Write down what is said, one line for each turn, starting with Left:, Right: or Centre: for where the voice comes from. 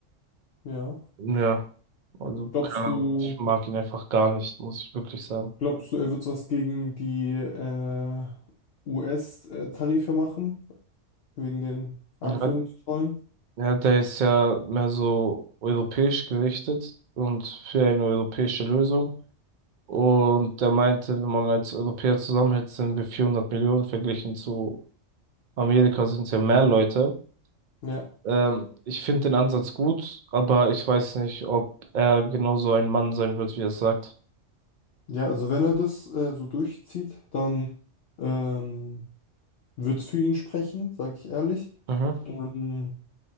Left: Ja.
Right: Ja, also
Left: Glaubst
Right: keine
Left: du,
Right: Ahnung, ich mag ihn einfach gar nicht, muss ich wirklich sagen.
Left: glaubst du, er wird was gegen die äh, US-Tarife machen? Wegen den Einführungszollen?
Right: Ja, ja, der ist ja mehr so europäisch gerichtet und für eine europäische Lösung. Und der meinte, wenn man als Europäer zusammenhält, sind wir vierhundert Millionen verglichen zu Amerika sind es ja mehr Leute.
Left: Ja.
Right: Ähm, ich finde den Ansatz gut, aber ich weiß nicht, ob er genauso ein Mann sein wird, wie er es sagt.
Left: Ja, also wenn er das äh, so durchzieht, dann ähm, wird es für ihn sprechen, sage ich ehrlich.
Right: Mhm.
Left: Ähm,